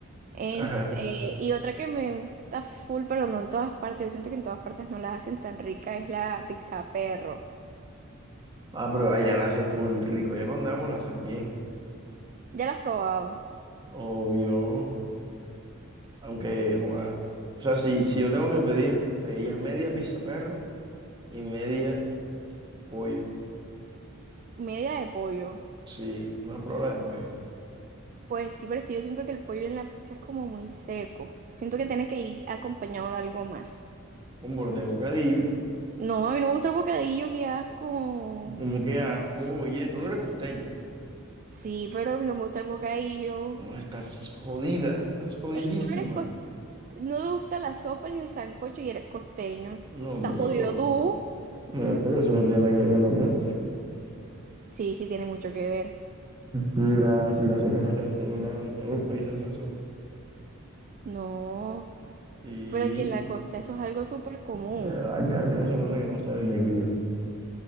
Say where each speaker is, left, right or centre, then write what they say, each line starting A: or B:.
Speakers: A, on the right (about 40°); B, on the right (about 20°).
A: Este,
B: Ajá.
A: y otra que me gusta full, pero no en todas partes, yo siento que en todas partes no la hacen tan rica, es la pizza perro.
B: Ah, pero allá la hacen full rico. Allá para donde vamos la hacen bien.
A: Ya la has probado.
B: Obvio. Aunque, joa, o sea, si, si yo tengo que pedir, pediría media pizza perro y media pollo.
A: Media de pollo.
B: Sí, una prola de pollo.
A: Pues sí, pero es que yo siento que el pollo en la pizza es como muy seco. Siento
B: un-
A: que tiene que ir acompañado de algo más.
B: Con borde de bocadillo.
A: No, a mí no me gusta el bocadillo, que asco.
B: Como que asco, oye, tú no eres costeña.
A: Sí, pero a mí no me gusta el bocadillo.
B: No, estás jodida, estás jodidísima.
A: Ey, tú no eres cos- no te gusta la sopa ni el sancocho y eres costeño.
B: No,
A: ¿Estás
B: bro.
A: jodido tú?
B: No, pero eso no tiene nada que ver con la costa.
A: Sí, sí tiene mucho que ver.
B: Mira, si la sopa la hacen en todos lados, todos los países hacen sopa.
A: No,
B: Y
A: pero aquí en la costa eso es algo súper común.
B: de verdad que algo se nota que no sales de aquí, ¿vale?